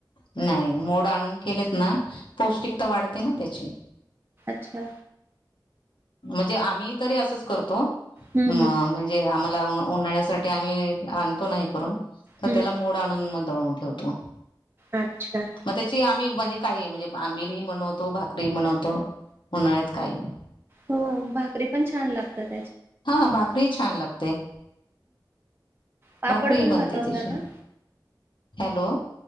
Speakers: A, on the left; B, on the right.
A: नाही, मोड आणून केलेत ना पौष्टिकता वाढते ना त्याची.
B: अच्छा.
A: म्हणजे आम्ही तरी असचं करतो
B: हम्म
A: म
B: हम्म
A: म्हणजे आम्हा ऊन्हाळण्यासाठी आम्ही आणतो ना हे करून तर
B: हम्म
A: त्याला मोड आणून मग दळून ठेवतो.
B: अच्छा.
A: मग त्याची आम्ही म्हणजे काहीही म्हणजे आंबिलही बनवतो. भाकरी ही बनवतो. उन्हाळ्यात काहीही.
B: हो, भाकरी पण छान लागतात.
A: हा, भाकरीही छान लागते.
B: पापड
A: भाकरी
B: पण
A: बनते
B: बनवता
A: तिची
B: ना?
A: हॅलो